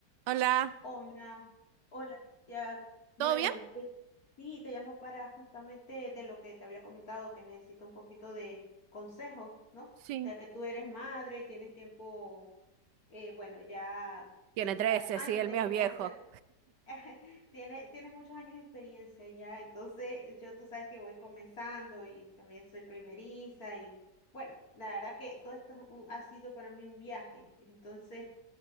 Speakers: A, on the right; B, on the left.
A: Hola,
B: Hola, hola, ya, bueno,
A: ¿todo bien?
B: te- sí, te llamo para justamente de lo que te había comentado, que necesito un poquito de consejo, ¿no?
A: Sí,
B: Ya que tú eres madre y tienes tiempo, eh, bueno, ya
A: Tiene
B: tienes
A: 13,
B: ya años
A: sí, el
B: de
A: mío
B: crianza,
A: es viejo.
B: <laughs> tienes, tienes muchos años de experiencia ya, entonces yo tú sabes que voy comenzando y también soy primeriza y bueno, la verdad que todo esto es un- ha sido para mí un viaje, entonces...